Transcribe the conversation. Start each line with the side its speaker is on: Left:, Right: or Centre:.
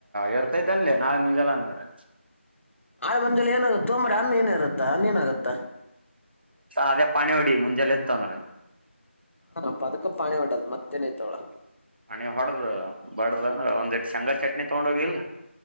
Right: ಇರ್ತೈತೆ ಅನ್ಲಿ ನಾಳೆ ಮುಂಜೆಲ್ಲೆ ಅನ್ನದ್ರೆ
Left: ಆಳ ಮಂಜಲಿ ಏನಾಗುತ್ತೋ ಒಂಬ್ರ ಅನ್ನ ಏನ ಇರುತ್ತಾ ಅನ್ನೇಏನಾಗುತ್ತಾ
Right: ಅದೇ ಪಾಣಿ ಹೊಡಿ ಮುಂಜೆಲ್ಲ ಇತ್ತು ಅಂದ್ರ
Left: ಹ ಅ ಅದಕ್ಕ ಪಾಣಿ ಒಡದು ಮತ್ತೇನಐತವಳ
Right: ನೀ್ ಹೊಡ್ದ ಬಡ್ದಂದ ಒಂದ್ಿ ಶೇಂಗ ಚಟ್ನಿ ತಗೊಂಡ ಹೋಗಿಿಲ್ಲ